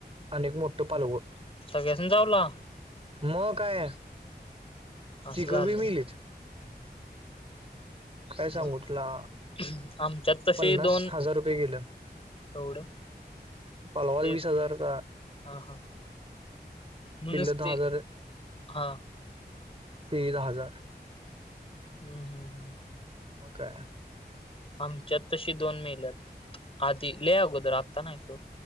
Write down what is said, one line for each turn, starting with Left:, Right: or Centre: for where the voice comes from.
Right: आणि एक मोठ पालव
Left: सगळ्याना चावला
Right: मग काय
Left: असं
Right: तिघं
Left: झाले
Right: बी मिलीच काय सांगू
Left: मग
Right: तुला
Left: आमच्यात तसे
Right: पन्नास
Left: दोन
Right: हजार रुपये
Left: एवढं
Right: गेलं पालवाल
Left: ते
Right: वीस हजारचा
Left: हा हां नसते
Right: पिल्ल दहा हजार
Left: हा
Right: सगळी दहा हजार
Left: हम्म हम्म हम्म.
Right: म काय
Left: आमच्यात तशी दोन मेल् आधी लय आगोदर आत्ता नाय सोड